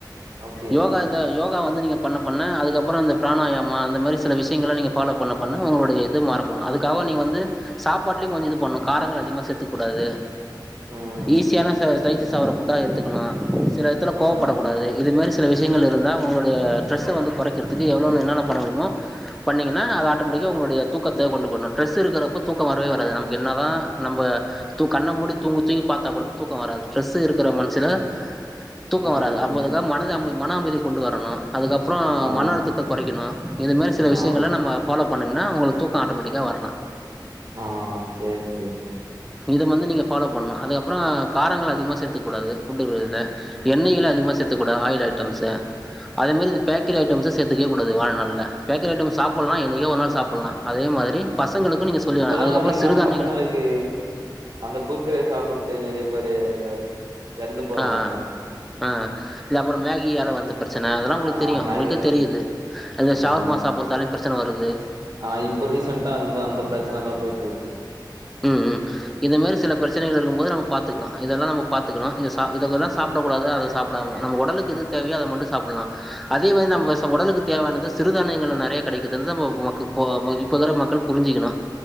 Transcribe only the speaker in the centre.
யோகா இத யோகா வந்து நீங்க பண்ண பண்ண அதுக்கப்புறோ இந்த பிராணாயாமா அந்த மாரி சில விஷயங்கள நீங்க பாலோ பண்ண பண்ண உங்களுடைய இ து மரபணு அதுக்காக நீ வந்து சாப்பாட்லுயு கொஞ்சோ இது பண்ணு காரங்கள் அதிகமா சேத்துக் கூடாது
ஈஸியான சை ச டைஜிஸ் ஆவுற ஃபுட்டா எடுத்துக்குணு சில எத்தல கோவப்படக்கூடாது
இது மாரிஸ் சில விஷயங்கள் இருந்தா உங்களுடைய ஸ்ரெஸ்சே வந்து கொறைக்கிறதுக்கு எவ்ளோன என்னென்ன பண்ண முடியுமோ பன்னீங்கன்னா அது ஆட்டோமேட்டி யியோ உங்களோடைய தூக்கத்தை கொண்டு போடணு ட்ரெஸ் இருக்கிறப்ப தூக்க வரவே வராது நமக்கு என்ன தா நம்ப தூ கண்ண மூடி தூங்கு தூங்கி ப பத்தா கூடமோ தூக்கோ வராது ஸ்ட்ரெஸ் இருக்கற மனசுல
தூக்கோ
வராது அப்போதுதா மனது அமி மன அமைதி கொண்டு வரணு அதுக்கப் அப்புறோ
மன அழுத்தத்த கொறைக்கணு இது மாரி சில விஷயங்கள
நம்ம ஃபாலோ பண்ணேன்னா அவங்களு தூக்கோ ஆட்டோமெட்டிக்கா வர்லா
இத வந்து நீங்கள் ஃபாலோ பண்ணு அதுக்கப்புறோ காரங்கள்ல அதிகமாக சேத்துக்க கூடாது ஃபுட்டு வழியில்ல
எண்ணெய்கள அதிகமா சேத்துக்கூடா ஆயில் ஐட்டம்ஸ் அதே மேரி இது பேக்கரி ஐட்டம்ஸ சேத்துக்கவே கூடாது வாழ்னால்ல பேக்கரி ஐட்டம்ஸ் சாப்புடலா என்னைக்கோ ஒரு நாள் சாப்பில்லா அதே மாதிரி பசங்களுக்கு நீங்க சொல்லிருனு
அதுக்கப்புறோ
சிறுதான்யங்கள்
ஆ ஆ ஆ இது அப்புறோ மேகி ஆல வந்த பிரச்சன அதெல்லா உங்களுக்கு தெரியு
அவுங்களுக்கே
தெரியுது அந்த
சவர்மா சாப்புறதாலயு பிரச்சன வருது
ம் ம் இத மேரி சில பிரச்சனைகள் இருக்கும் போது நம்ம பாத்துக்குணு இதெல்லா நம்ம பாத்துக்குணு இதா சா இதகொல்லா சாப்பிடக்கூடாது அத சாப்பிடாம நம்ம ஒடலுக்கு எது தேவையோ அத மட்டும் சாப்புல்லா அதே மாதிரி
நம்ம வஸ் உடலுக்கு தேவையானது சிறுதானியங்கள நெறைய கெடேக்குது இந்த மோ மோவக்கு போ மோ இப்போக்குற மக்கள் புரிஞ்சிக்கணு